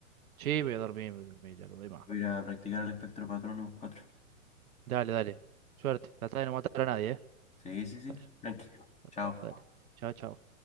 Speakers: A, on the right (about 80°); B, on the left (about 15°).
A: Sí, voy a dormir, voy a dormir, ya lo doy más.
B: voy a ir a practicar el espectro patrón cuatro
A: Dale, dale. Suerte, trata de no matar a nadie, ¿eh?
B: Sí, sí, sí.
A: Dale,
B: Tranqui.
A: dale,
B: Chao.
A: dale. Chao, chao.